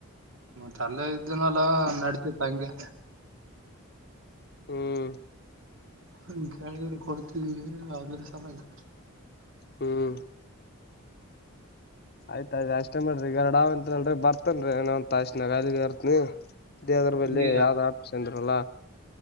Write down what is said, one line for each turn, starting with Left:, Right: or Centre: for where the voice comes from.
Right: ತಲೆ ಇದ್ದನಲ್ಲ ನಡತತ್ ಹಂಗೆ
Left: ಹ್ಮ್
Right: ಹ ಕೇಳಿದ್ರೆ ಕೊಡ್ತಿದೀವಿ ಅದರ ಸಲವಾಗಿ
Left: ಹ್ಮ್ ಆಯ್ತಾಯಯ್ ಅಷ್ಟೇ ಮಾಡ್ರ ಎರಡ್ ಅಂತ ಹೇಳಲ್ರಿ ಬರ್ತನ್ ರೀ ಇನ್ ಒಂದ ತಾಸ್ ನ್ಯಾಗ್ ರ್ತ್ನಿ ದೇದ್ರ ಬಲ್ಲಿ
Right: ನೀ
Left: ಯಾವ್ದ್ ಆಪ್ಷನ್ ಇರಲ್ಲ